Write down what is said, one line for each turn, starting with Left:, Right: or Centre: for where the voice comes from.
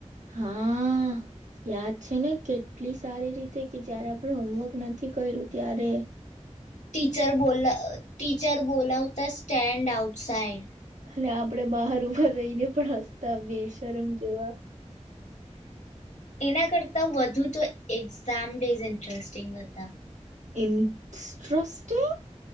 Right: હા યાદ છે ને કેટલી સારી રીતે કે જયારે આપણે હોમવર્ક નથી કર્યું ત્યારે.
Left: ટીચર બો ટીચર બોલાવતા સ્ટેન્ડ આઉટ સાઈડ.
Right: અને આપડે બહાર ઉપભર રહી ને પણ હ. ત બે શરમ જેવા.
Left: એના કરતા વધુ તો એક્ઝામ ડેઝ ઇન્ટરેસ્ટિંગ હતા.
Right: ઇસ્ટ્રિ